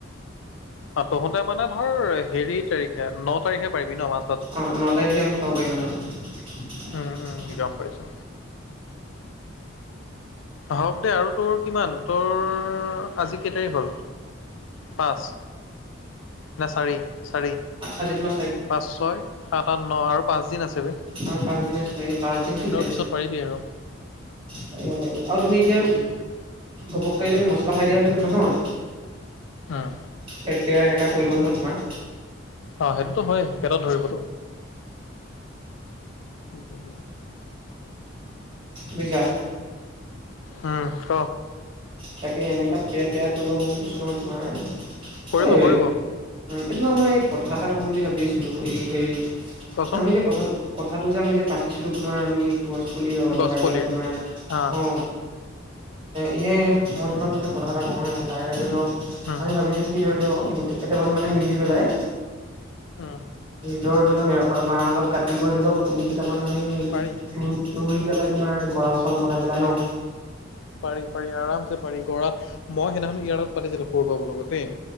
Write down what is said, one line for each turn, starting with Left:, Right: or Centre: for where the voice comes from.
Left: অঁ তহঁতে মানে ধৰ হেৰি তাৰিখে ন তাৰিখে পাৰিবি ন মাজ
Right: অঁ ন তাৰিখে আমি খাব পাৰিম আৰু
Left: উম উম গম পাইছো হওক দে আৰু তোৰ কিমান তোৰ আজি কেই তাৰিখ হ'ল? পাঁচ ন চাৰি চাৰি
Right: আজিত ম
Left: পাঁচ ছয় সাত আঠ ন আৰু পাঁচ দিন আছে ব
Right: আৰু পাঁচদিন আছে এই পাঁচদিন শিক নাই
Left: পিছত পাৰিবি আৰু
Right: পাৰিব পাৰিব আৰু তুমি এতিয়া
Left: কি কবি
Right: ঘপককৈ তুমি মছলা খাই দিয়া যে নহয়
Left: অঁ
Right: সেইতিয়া এনেককা কৰিব নহয় তোমাৰ
Left: অঁ সেইটোতো হয় কেইটা ধৰিবতো স
Right: বুজিছা
Left: উম ক
Right: তাকে এনেককা পেট বেয়া কৰিব মই কৈছোঁ নহয় তোমাৰ
Left: কৰিব
Right: হয়
Left: কৰিব
Right: এইটোমাক মই কথা এটা ক'ম বুলি ভাবি আছিলো এই হেৰি
Left: কচোন
Right: আমি যে কথাটো কথাটো যে আমি যে পাতিছিলো তোমাৰ আমি গছ পুলি
Left: গছপুলিৰ
Right: লগাই পেলাই তোমাৰ
Left: অ
Right: অঁ এনেই মই তোমাক মোনে কথা এটা কওঁয়ে তাৰে ধৰি লওক
Left: উম
Right: আমি ভাবিছো কি ধৰি লওক গোটেই কেইটামান মানে মিলি পেলাই
Left: উম
Right: ধৰি লওক এৰপা বাহহ অলপ কাটি কৰি ধৰি লওক পুলি কেইটামান আমি
Left: পাৰি
Right: চ ৰুই পেলাই তোমাৰ গঁৰাল চাউল বনাই পেলাই ন
Left: পাৰি পাৰি আৰামছে পাৰি গৰা মই সেইদিনাখন ইয়াৰত পাতিছিলো সোৰ পাব লগত দেই